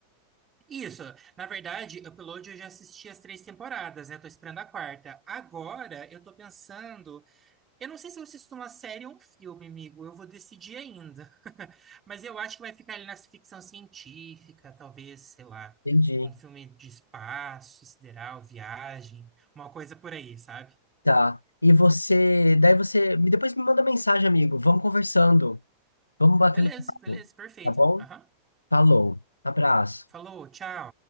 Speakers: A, on the right; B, on the left.
A: Isso, na verdade, Upload eu já assisti as três temporadas, né? Tô esperando a quarta. Agora eu tô pensando, eu não sei se eu assisto uma série ou um filme, amigo, eu vou decidir ainda. <laughs> Mas eu acho que vai ficar ali na ficção científica, talvez, sei lá,
B: Entendi.
A: um filme de espaço, sideral, viagem, uma coisa por aí, sabe?
B: Tá. E você, daí você, me- depois me manda mensagem, amigo. Vamos conversando. Vamos batendo
A: Beleza,
B: papo.
A: beleza, perfeito.
B: Tá bom?
A: Aham.
B: Falou. Abraço.
A: Falou, tchau.